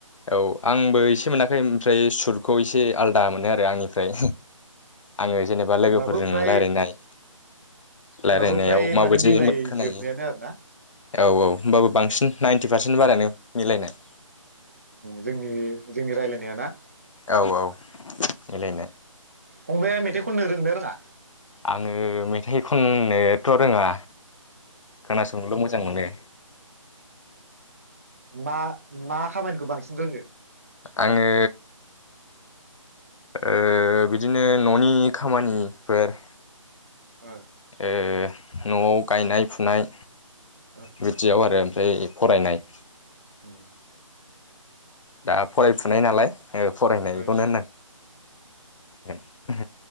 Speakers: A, on the left; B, on the right.
A: औ आंबो एसे मोनाखै ओमफ्राय सुटखौ एसे आलदा मोनो आरो आंनिफ्राय आङो जेनेबा लोगोफोरजों
B: होमबाबो फ्राय
A: रायलाययनाय
B: होमबाबो
A: रायलायनायाव
B: फ्राय माने
A: माबायदि
B: मिलायजोबनायानो
A: खोनायो
B: आरोना
A: औ औ होनोमबाबो बांसिन नाइन्टि
B: जोङो
A: पारसेन्ट बारायानो मिलायनाय।
B: जोंनि जोंनि रायलायनायाना
A: औ औ मिलायनाय
B: फंबाया खननो रोंना रोङा।
A: आङो मेथाइ खननोथ रोङा खोनासंनोल मोजां मोनो।
B: मा मा खामानिखौ बांसिन रोङो।
A: आङो ओ बिदिनो न'नि खामानिफोर
B: ओ
A: ओ नआव गायनाय फुनाय
B: ओं
A: बिटियाव आरो ओमफ्राय फरायनाय
B: उम
A: दा फरायफुनाय नालाय ओ फरायनायखौनो
B: ओं ओं
A: होनां <unintelligible>